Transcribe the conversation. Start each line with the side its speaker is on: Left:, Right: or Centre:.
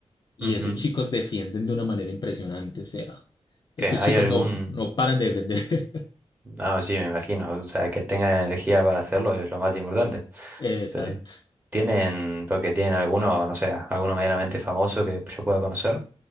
Left: y
Right: Ujú.
Left: esos chicos defienden de una manera impresionante, o sea, esos
Right: ¿Que hay
Left: chicos
Right: algún...?
Left: no, no paran de defender.
Right: No, sí, me imagino. O sea, que tengan energía para hacerlo es lo más importante.
Left: <laughs> Exacto.
Right: Sí. ¿Tienen, porque tienen alguno, no sé, alguno medianamente famoso que yo pueda conocer?